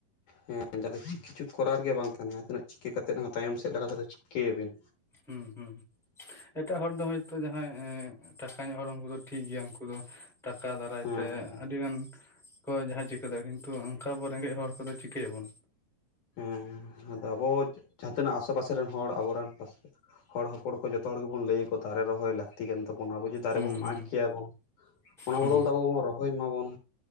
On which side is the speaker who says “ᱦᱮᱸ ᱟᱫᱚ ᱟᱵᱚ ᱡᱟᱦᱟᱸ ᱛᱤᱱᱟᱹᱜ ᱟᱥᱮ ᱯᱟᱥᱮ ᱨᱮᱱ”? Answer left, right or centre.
Left